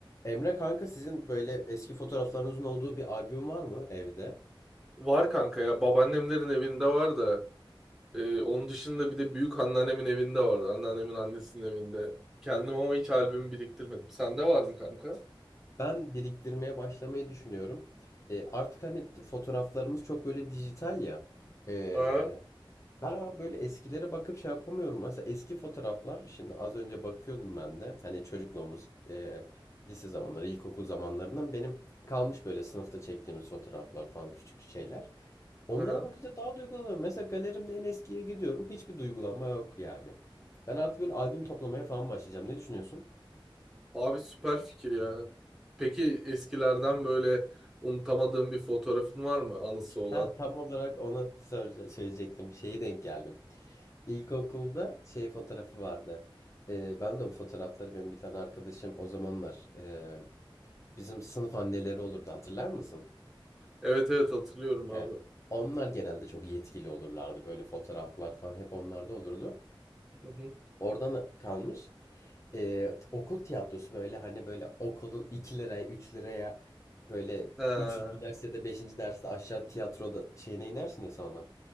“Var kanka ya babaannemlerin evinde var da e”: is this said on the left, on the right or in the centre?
Centre